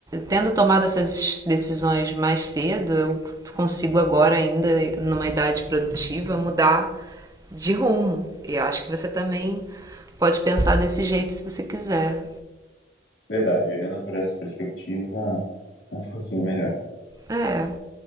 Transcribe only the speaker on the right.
Tendo tomado essas decisões mais cedo, eu consigo agora, ainda numa idade produtiva, mudar de rumo. E eu acho que você também pode pensar desse jeito se você quiser.
É.